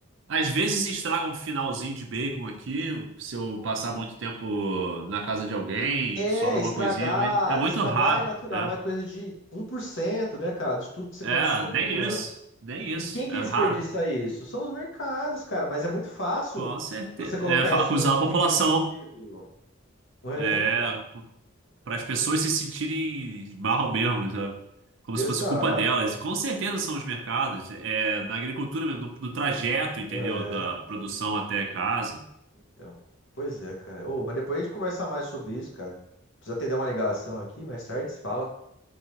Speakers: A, on the right (about 60°); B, on the left (about 60°).
A: Às vezes estraga um finalzinho de bacon aqui, se eu passar muito tempo na casa de alguém,
B: É,
A: sobra
B: estragar,
A: uma coisinha, mas é muito
B: estragar
A: raro,
B: é natural,
A: é.
B: mas é coisa de um por cento, né, cara, de tudo que você
A: É,
B: consome
A: nem
B: no ano.
A: isso, nem isso,
B: E quem que
A: é
B: desperdiça
A: raro.
B: isso? São os mercados, cara, mas é muito fácil
A: Com certeza.
B: você colocar
A: É fa-
B: isso
A: acusar
B: no, no
A: a população,
B: indivíduo. É,
A: é,
B: cara.
A: para as pessoas se sentirem mal mesmo, sabe? Como
B: Exato,
A: se fosse culpa delas.
B: cara.
A: E com certeza são os mercados, é, na agricultura mesmo, no, no trajeto, entendeu?
B: É,
A: Da produção até casa.
B: então. Pois é, cara. Ô, mas depois a gente conversar mais sobre isso, cara. Precisa ter uma ligação aqui, mais tarde se fala.